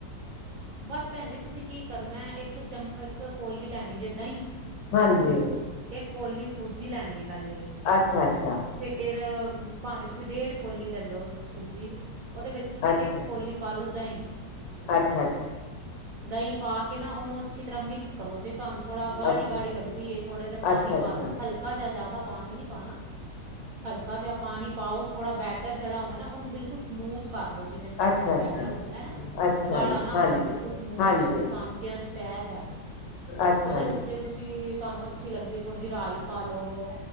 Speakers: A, on the right (about 70°); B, on the left (about 80°).
A: ਬਸ ਭੈਣ ਜੀ, ਤੁਸੀਂ ਕੀ ਕਰਨਾ, ਇੱਕ ਚਮ ਇੱਕ ਕੌਲੀ ਲੈਣੀ ਏ ਦਹੀਂ
B: ਹਾਂਜੀ।
A: ਇਕ ਕੌਲੀ ਸੂਜੀ ਲੈਣੀ ਹੈ ਪਹਿਲੇ
B: ਅੱਛਾ ਅੱਛਾ
A: ਫਿਰ ਫਿਰ ਭਾਵੇਂ ਤੁਸੀਂ ਡੇਢ ਕੋਲੀ ਲੈਲੋ ਸੂਜੀ। ਉਹਦੇ ਵਿੱਚ ਤੁਸੀਂ
B: ਅੱਛਾ
A: ਇੱਕ ਕੌਲੀ ਪਾ ਲਓ ਦਹੀਂ।
B: ਅੱਛਾ
A: ਦਹੀਂ ਪਾ ਕੇ ਨਾ ਉਹਨੂੰ ਅੱਛੀ ਤਰ੍ਹਾਂ ਮਿਕਸ ਕਰੋ ਜੇ ਤੁਹਾਨੂੰ ਥੋੜਾ ਗਾੜੀ-ਗਾੜੀ
B: ਅੱਛਾ
A: ਲੱਗਦੀ ਏ ਥੋੜਾ ਜਾ ਪਾਣੀ
B: ਅੱਛਾ ਅੱਛਾ
A: ਪਾਂ
B: ਅੱਛਾ
A: ਲੋਂ ਹਲਕਾ ਜਾ ਜਾਂਦਾ ਪਾਣੀ ਨਿ ਪਾਂ ਨਾ ਹਲਕਾ ਜਾ ਪਾਣੀ ਪਾਓ ਥੋੜ੍ਹਾ ਬੈਟਰ ਜਿਹੜਾ ਹੁੰਦਾ ਨਾ ਉਹਨੂੰ ਬਿਲਕੁਲ ਸਮੂਥ ਕਰਲੋ ਜਿਵੇਂ ਸਮੂਥ
B: ਅੱਛਾ ਅੱਛਾ ਅੱਛਾ
A: ਬੈਟਰ ਹੁੰਦਾ ਨਾ
B: ਅੱਛਾ
A: ਗਾੜਾ
B: ਜੀ
A: ਨਾ
B: ਹਾਂਜੀ
A: ਹੋਏ ਬਿਲਕੁਲ ਸਮੂਥ
B: ਹਾਂਜੀ
A: ਹੋਏ ਬੀ ਸਾਚਿਆਂ ਚ ਪੈ ਜਾਏ
B: ਅੱਛਾ
A: ਉਹਦੇ
B: ਜੀ
A: 'ਚ ਜੇ ਤੁਸੀਂ ਤੁਹਾਨੂੰ ਅੱਛੀ ਲੱਗਦੀ ਹੈ ਥੋੜ੍ਹੀ ਜਿਹੀ ਰਾਈ ਥੋੜਾ ਪਾਂ ਲੋਂ